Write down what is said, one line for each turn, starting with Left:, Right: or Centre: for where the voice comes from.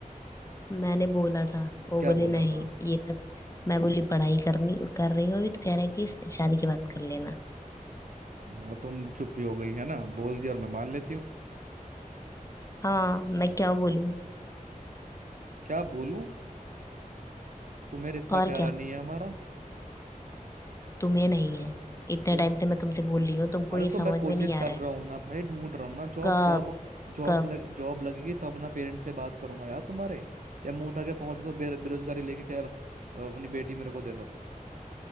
Left: मैंने बोला था वो
Right: क्या
Left: बोले
Right: बोला
Left: नहीं
Right: था
Left: ये सब मैं बोली पढ़ाई करनी कर रही हूँ अभी तो कह रहा है कि शादी की बात कर लेना
Right: वो तुम चुप ही हो गई है ना बोल दिया और मैं मान लेती हूँ
Left: हाँ मैं क्या बोलूं
Right: क्या बोलूं तुम्हें रिश्ता
Left: और
Right: प्यारा
Left: क्या
Right: नहीं है हमारा
Left: तुम्हें नहीं है इतने
Right: तुम
Left: टाइम से मैं तुमसे बोल रही हूँ तुमको
Right: अरे
Left: ये
Right: तो
Left: समझ
Right: मैं कोशिश
Left: में नहीं
Right: कर
Left: आ रहा है
Right: रहा हूँ ना भाई ढूंढ रहा हूँ ना जॉब
Left: कब
Right: जॉब जॉब
Left: कब
Right: लग जॉब लगेगी तब ना पेरेंट्स से बात करूंगा यार तुम्हारे या मुंह उठा के पहुंच गो बे, बेरोजगारी लेके क्या अपनी बेटी मेरे को दे दो